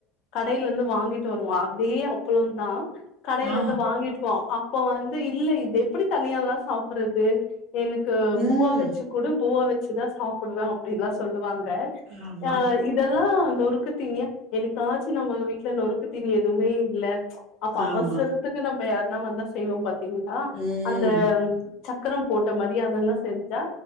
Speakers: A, on the left; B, on the right.
A: கடயில இருந்து வாங்கிட்டு வருவோம் அதே அப்பளம்தா கடையில
B: ஆ.
A: இருந்து வாங்கிட்டுவோம் இப்ப வந்து இல்ல இது எப்படி தனியால்லா சாப்படுறது எனக்கு
B: ம்.
A: பூவா வச்சு கூடு பூவா வச்சு சு தா சாப்பிடுவே அப்படி எல்லா சொல்லுவாங்க
B: ஆமா,
A: ஆ இதல்லா நோ நொருக்குத்தீனிய என்னைக்காச்சு நம்ம வீட்ல நொறுக்கு தினி எதுமே இல்ல ப்ச் அப்ப
B: ஆமா.
A: அவசரத்துக்கு நம்ம யா நா வந்தா செய்வோம் பாத் திந்தா
B: ம்.
A: அந்த சக்கரம் போட்ட மாரியே அதெல்லா செஞ்சா